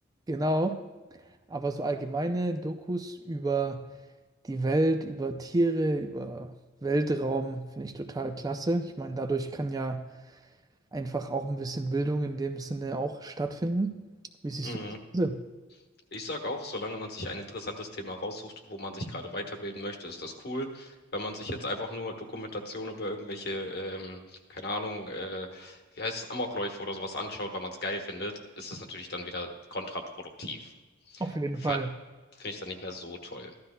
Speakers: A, on the right; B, on the left.
A: genau. Aber so allgemeine Dokus über die Welt, über Tiere, über Weltraum, finde ich total klasse. Ich meine, dadurch kann ja einfach auch ein bisschen Bildung in dem Sinne auch stattfinden. Wie siehst
B: Mhm.
A: du das?
B: Ich sag auch, solange man sich ein interessantes Thema raussucht, wo man sich gerade weiterbilden möchte, ist das cool. Wenn man sich jetzt einfach nur Dokumentation über irgendwelche, ähm, keine Ahnung, äh, wie heißt es, Amokläufe oder sowas anschaut, weil man es geil findet, ist das natürlich dann wieder kontraproduktiv.
A: Auf jeden
B: Ver-
A: Fall.
B: Finde ich dann nicht mehr so toll.